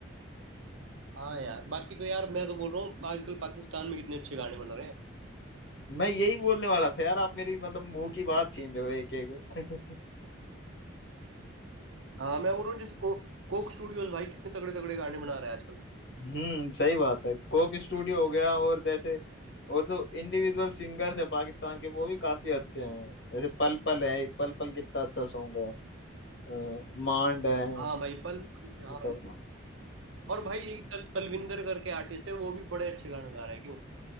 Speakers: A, on the right; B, on the left.
A: हाँ यार बाकी तो यार मैं तो बोल रहा हूँ आजकल पाकिस्तान में कितने अच्छे गाने बन रहे हैं
B: मैं यही बोलने वाला था यार आप मेरी मतलब मुंह की बात छीन रहे हो एक एक <laughs>
A: हाँ मैं बोल रहा हूँ जैसे को, कोक स्टूडियोज भाई कितने तगड़े तगड़े गाने बना रहा है आजकल
B: हम्म सही बात है कोक स्टूडियो हो गया और जैसे और जो इंडिविजुअल सिंगर्स है पाकिस्तान के वो भी काफी अच्छे हैं जैसे पल पल है एक पल पल कितना अच्छा सॉन्ग है अ, मांड है
A: हाँ भाई पल पल- हाँ
B: ये सब
A: और भाई एक तल, तलविंदर करके आर्टिस्ट है वो भी बड़े अच्छे गाने गा रहा है क्यों